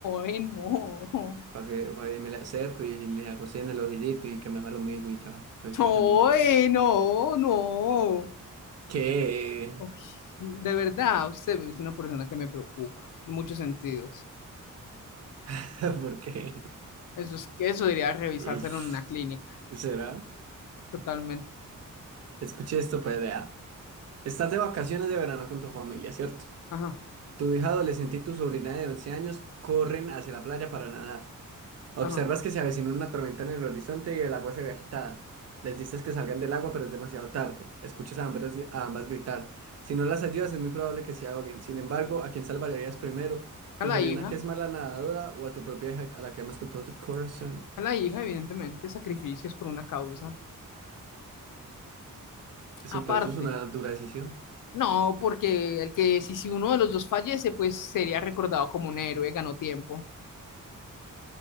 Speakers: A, on the left; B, on the right.
A: ¡Ay, no!
B: para que, pa' que me le acerco y, les hago cena al ojito y que me haga lo mismo y ya, soy, soy
A: ¡Ay,
B: feliz.
A: no! ¡No!
B: ¿Qué?
A: Ay, de verdad, usted es una persona que me preocupa en muchos sentidos.
B: <laughs> ¿Por qué?
A: Eso es que eso debería revisárselo
B: Uf,
A: en una clínica,
B: ¿Será?
A: totalmente.
B: Escuché esto, pues vea. Estás de vacaciones de verano con tu familia, ¿cierto?
A: Ajá,
B: Tu hija adolescente y tu sobrina de 11 años corren hacia la playa para nadar. Observas
A: ajá.
B: que se avecina una tormenta en el horizonte y el agua se ve agitada. Les dices que salgan del agua, pero es demasiado tarde. Escuchas a ambas, a ambas gritar. Si no las ayudas, es muy probable que se ahoguen. Sin embargo, ¿a quién salvarías primero? ¿Tu
A: A la
B: sobrina
A: hija.
B: que es mala nadadora o a tu propia hija a la que amas con todo tu corazón?
A: a la hija, evidentemente, sacrificios por una causa
B: Eso,
A: aparte.
B: pero eso es una dura decisión.
A: No, porque el que si, si uno de los dos fallece, pues sería recordado como un héroe, ganó tiempo.